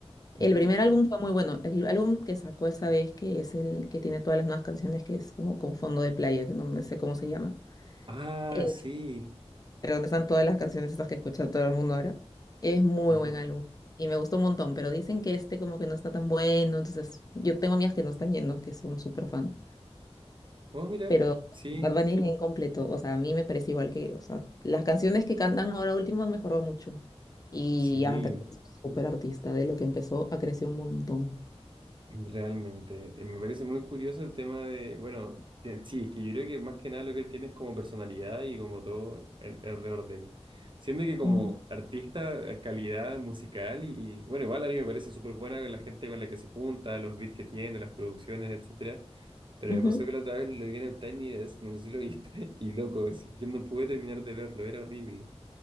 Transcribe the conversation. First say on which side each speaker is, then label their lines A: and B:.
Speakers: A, on the left (about 35°); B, on the right (about 45°).
A: El
B: ujú.
A: primer álbum fue muy bueno. El álbum que sacó esa vez, que es el que tiene todas las nuevas canciones, que es como con fondo de playa, que no me sé cómo se llama.
B: Ah,
A: Eh,
B: sí.
A: pero donde están todas las canciones estas que escucha todo el mundo ahora. Es muy
B: Ajá.
A: buen álbum y me gustó un montón, pero dicen que este como que no está tan bueno, entonces yo tengo amigas que no están yendo, que son súper fan.
B: Oh, mira,
A: Pero
B: sí,
A: Bad Bunny es bien completo, o sea, a mí me parece igual que, o sea, las canciones que cantan ahora último han mejorado mucho. Y
B: sí,
A: ya me parece súper artista, de lo que empezó a crecer un montón.
B: realmente. Eh, Me parece muy curioso el tema de, bueno, eh, sí, es que yo creo que más que nada lo que él tiene es como personalidad y como todo al- alrededor de él. Siendo que como
A: Ujú,
B: artista, eh, calidad musical y, y, bueno, igual a mí me parece súper buena la gente con la que se junta, los beats que tiene, las producciones, etcétera. Pero
A: ujú.
B: me pasó que la otra vez lo vi en el Tiny Desk, no sé si lo viste, <laughs> y loco, así, yo no pude terminar de verlo, era horrible.